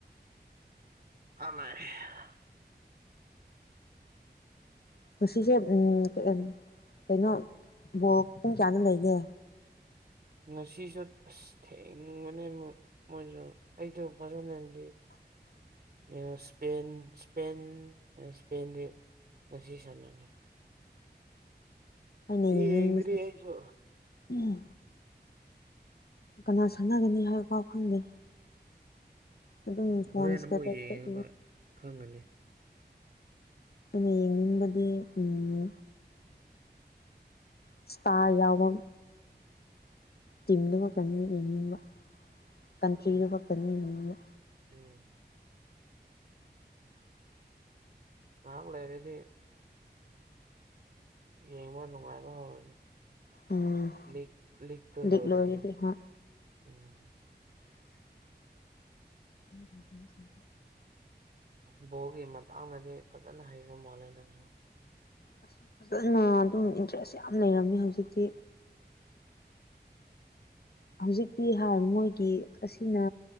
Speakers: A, on the right; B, on the left.
A: ꯥ <unintelligible>
B: ꯉꯥꯁꯤꯁꯦ ꯎꯝ ꯀꯩꯅꯣ ꯕꯣꯜ ꯄꯨꯡ ꯀꯌꯥꯅ ꯂꯩꯒꯦ
A: ꯉꯁꯤꯁꯨ ꯑꯁ ꯊꯦꯡꯕꯅꯦ ꯃꯣꯏꯁꯨ ꯑꯩꯗꯣ ꯐꯖꯅꯗꯤ
B: <inaudible>
A: ꯏꯁꯄꯦꯟ ꯏꯁꯄꯦꯟ ꯏꯁꯄꯦꯟ ꯗꯤ ꯉꯁꯤ ꯁꯥꯟꯅꯔꯦ
B: ꯑꯩꯅ ꯌꯦꯡꯅꯤꯡꯕꯁꯦ
A: ꯌꯦꯡꯗ꯭ꯔꯤ ꯑꯩꯁꯨ
B: ꯎꯝ ꯀꯩꯅꯣ ꯁꯥꯟꯅꯒꯅꯤ ꯍꯥꯏꯕ ꯄꯥꯎ ꯈꯪꯗꯦ ꯑꯗꯨꯝ ꯐꯣꯟ
A: ꯍꯣꯔꯦꯟ
B: ꯏꯁꯇꯦꯇꯁ
A: ꯑꯃꯨꯛ ꯌꯦꯡꯉꯒ
B: ꯇ
A: ꯈꯪꯒꯅꯤ
B: ꯎꯏꯌꯦ ꯌꯦꯡꯅꯤꯡꯕꯗꯤ ꯎꯝ ꯏꯁꯇꯥꯔ ꯌꯥꯎꯕ ꯇꯤꯝꯗꯨꯃꯛꯇꯅꯤ ꯌꯦꯡꯅꯤꯡꯕ ꯀꯟꯇ꯭ꯔꯤꯗꯣ
A: ꯎꯝ
B: ꯈꯛꯇꯅꯤ ꯌꯦꯡꯅꯤꯡꯕ
A: <unintelligible> ꯉꯥꯏꯍꯥꯛ ꯂꯩꯔꯗꯤ ꯌꯦꯡꯕ ꯅꯨꯡꯉꯥꯏꯕ ꯍꯧꯔꯅꯤ
B: ꯎꯝ
A: ꯂꯤꯛ ꯂꯤꯛꯇꯣ ꯂꯣꯏꯔꯅꯤꯕ
B: ꯂꯤꯛ ꯂꯣꯏꯔꯗꯤ ꯍꯣꯏ
A: ꯎꯝ
B: <unintelligible>
A: ꯨ ꯕꯣꯜꯒꯤ ꯃꯇꯥꯡꯗꯗꯤ ꯐꯖꯅ ꯍꯩꯕ ꯃꯥꯜꯂꯦ ꯅꯪꯁꯨ
B: ꯑꯁ ꯐꯖꯅ ꯑꯗꯨꯝ ꯏꯟꯇꯔꯦꯁ ꯌꯥꯝ ꯂꯩꯔꯝꯃꯦ ꯍꯧꯖꯤꯛꯇꯤ ꯍꯧꯖꯤꯛꯇꯤ ꯍꯥꯏꯔ ꯃꯣꯏꯒꯤ ꯑꯁꯤꯅ